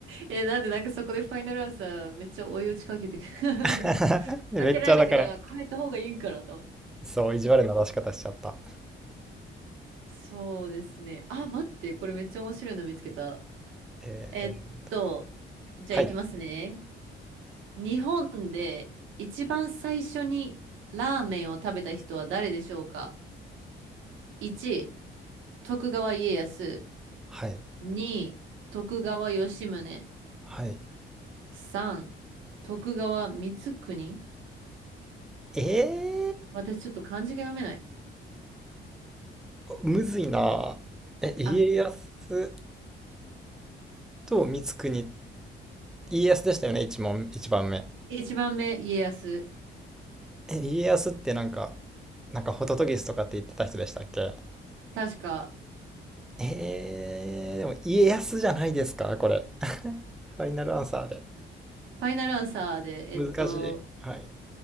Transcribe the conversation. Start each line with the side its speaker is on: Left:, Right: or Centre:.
Right: え、なんでなんかそこでファイナルアンサーめっちゃ追い打ちかけてく <laughs>
Centre: <laughs> めっちゃだから
Right: かけられてから変えた方がいいんかなと思って。
Centre: そう意地悪な出し方しちゃった
Right: そうですね。あ、待って、これめっちゃ面白いの見つけた。
Centre: えー、
Right: えっと、じゃあ行きますね。
Centre: はい
Right: 日本で一番最初にラーメンを食べた人は誰でしょうか ?1、徳川家康。
Centre: はい
Right: 2、徳川吉宗。
Centre: はい
Right: 3、徳川光圀。
Centre: えー、
Right: 私ちょっと漢字が読めない。
Centre: むずいなえ家康
Right: あ、
Centre: と光国家康でしたよね一問一番目
Right: 一番目、家康。
Centre: え家康ってなんかなんかホトトギスとかって言ってた人でしたっけ
Right: 確か、
Centre: えー、でも家康じゃないですか、これ。<laughs> ファイナルアンサーで。
Right: ファイナルアンサーで、
Centre: 難しい。
Right: えっと、
Centre: はい。